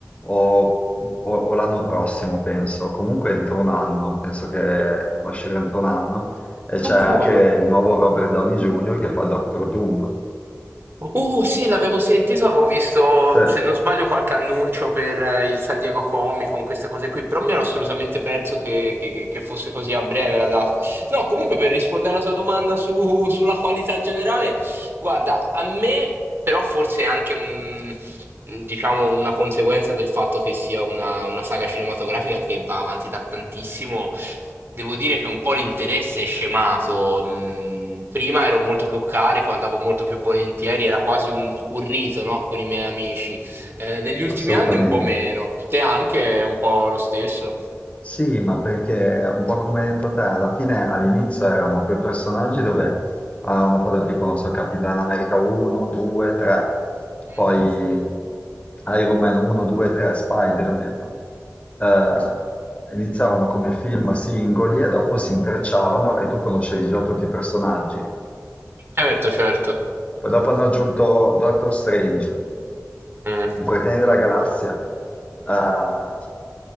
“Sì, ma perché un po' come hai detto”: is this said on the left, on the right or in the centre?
Left